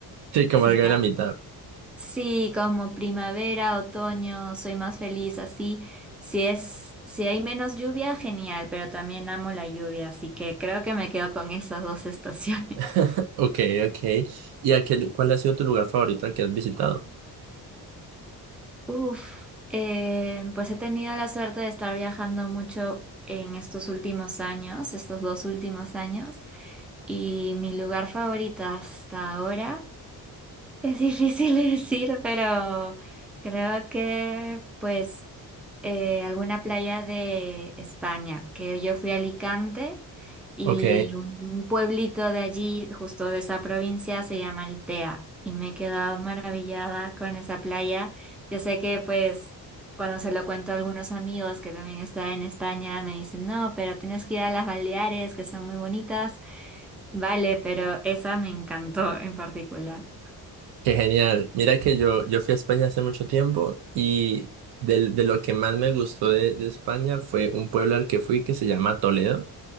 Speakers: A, on the right; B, in the centre.
A: Sí, como
B: sino
A: algo de la mitad.
B: sí, como primavera, otoño, soy más feliz así. Si es, si hay menos lluvia, genial, pero también amo la lluvia, así que creo que me quedo con esas dos <laughs> estaciones.
A: <laughs> Ok, ok. ¿Y aquel, cuál ha sido tu lugar favorito al que has visitado?
B: Uf, eh, pues he tenido la suerte de estar viajando mucho en estos últimos años, estos dos últimos años, y mi lugar favorito hasta ahora. Es difícil <laughs> decir, pero creo que pues eh, alguna playa de España, que yo fui a Alicante y
A: Ok.
B: un pueblito de allí, justo de esa provincia, se llama Altea y me he quedado maravillada con esa playa. Yo sé que pues cuando se lo cuento a algunos amigos que también están en España, me dicen, no, pero tienes que ir a las Baleares, que son muy bonitas. Vale, pero esa me encantó en particular.
A: Qué genial. Mira que yo, yo fui a España hace mucho tiempo y del- de, lo que más me gustó de, de España fue un pueblo al que fui que se llama Toledo.